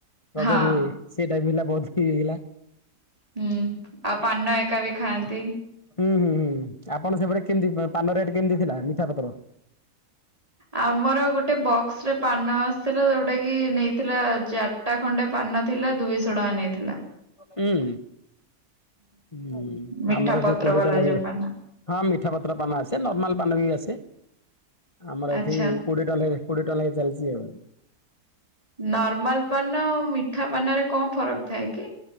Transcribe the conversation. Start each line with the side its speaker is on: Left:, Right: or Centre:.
Left: ରଜ
Right: ହଁ।
Left: ହୁଏ ସେଇଟା ବି ହେଲା ବହୁତ ଇ ହେଇଗଲା।
Right: ହୁଁ ଆଉ ପାନ ଏକା ବି ଖାଆନ୍ତି।
Left: ହୁଁ ହୁଁ ହୁଁ ଆପଣ ସେପଟେ କେମିତି ପାନ ରେଟ୍ କେମିତି ଥିଲା ମିଠା ପତ୍ର
Right: ଆମର ଗୋଟେ ବକ୍ସ ରେ ପାନ ଆସିଥିଲା ଯୋଉଟା କି ନେଇଥିଲା ଜ ଖଟା ଖଣ୍ଡେ ପାନ ନ ଥିଲା ଦୁଇଶହ ଟଙ୍କା ନେଇଥିଲା
Left: ହୁଁ ହୁଁ
Right: ମିଠା
Left: ଆମର ଏଠିକି
Right: ପତ୍ର
Left: କୋଡିଏ
Right: ବାଲା
Left: ଟା ଲାଗିବ
Right: ଯୋଉ ପାନ
Left: ହଁ ମିଠା ପତ୍ର ପାନ ଆସେ ନର୍ମାଲ ପାନ ବି ଆସେ ଆମର
Right: ଆଚ୍ଛା
Left: ଏଠି କୋଡ଼ିଏ ଟା ଲେ କୋଡିଏ ଟଙ୍କା ଲେଖା ଚାଲିଛି ଆଉ
Right: ନର୍ମାଲ ପାନ ମିଠା ପାନରେ କଣ ଫରକ ଥାଏ କି?